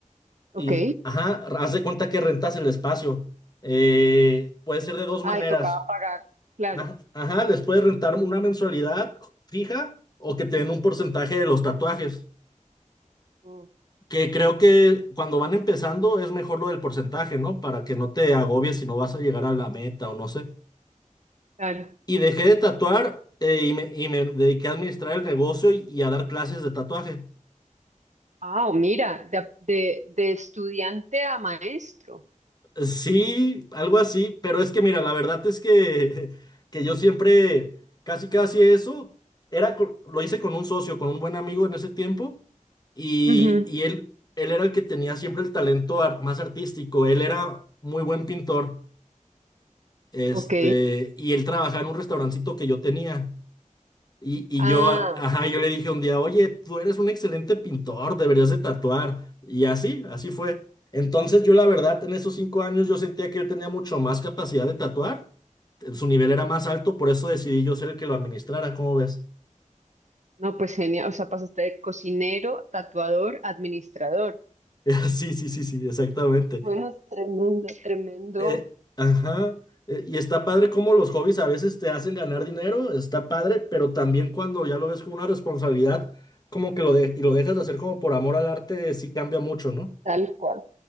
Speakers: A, on the right; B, on the left.
A: Ok.
B: Y, ajá, haz de cuenta que rentas el espacio. Eh, puede ser de dos
A: Ay,
B: maneras.
A: tocaba pagar. Claro.
B: Ajá, ajá, les puedes rentar una mensualidad fija o que te den un porcentaje de los tatuajes.
A: Mm,
B: Que creo que cuando van empezando es mejor lo del porcentaje, ¿no? Para que no te agobies si no vas a llegar a la meta o no sé.
A: claro.
B: Y dejé de tatuar eh, y me, y me dediqué a administrar el negocio y, y a dar clases de tatuaje.
A: Ah, mira, de, de, de estudiante a maestro.
B: Sí, algo así, pero es que mira, la verdad es que, <laughs> que yo siempre, casi casi eso, era, co- lo hice con un socio, con un buen amigo en ese tiempo, y,
A: Ujú.
B: y él, él era el que tenía siempre el talento ar- más artístico, él era muy buen pintor, este,
A: Ok.
B: y él trabajaba en un restaurancito que yo tenía. Y,
A: Ah,
B: y yo, ajá, yo le dije un día, oye, tú eres un excelente pintor, deberías de tatuar. Y así, así fue. Entonces yo la verdad, en esos cinco años yo sentía que él tenía mucho más capacidad de tatuar. Su nivel era más alto, por eso decidí yo ser el que lo administrara, ¿cómo ves?
A: no, pues genial. O sea, pasaste de cocinero, tatuador, administrador.
B: <laughs> Sí, sí, sí, sí, exactamente.
A: Bueno, tremendo, tremendo.
B: Eh, ajá. Eh, Y está padre cómo los hobbies a veces te hacen ganar dinero, está padre, pero también cuando ya lo ves como una responsabilidad, como que lo, de- y lo dejas de hacer como por amor al arte, sí cambia mucho, ¿no?
A: Tal cual.